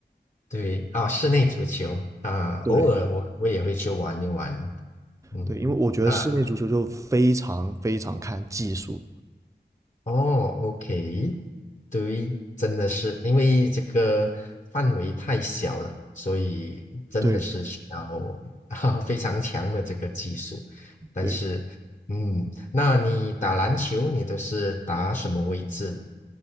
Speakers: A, on the left (about 45°); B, on the right (about 15°).
A: 对啊，室内足球啊，
B: 对，
A: 偶尔我我也会去玩一玩。嗯，
B: 对，因为我觉得室内足球就非常非常看技术。
A: 那哦，OK，对，真的是因为这个范围太小了，所以真的是需要
B: 对
A: <laughs> 啊非常强的这个技术。但是，
B: 对的
A: 嗯，那你打篮球，你都是打什么位置的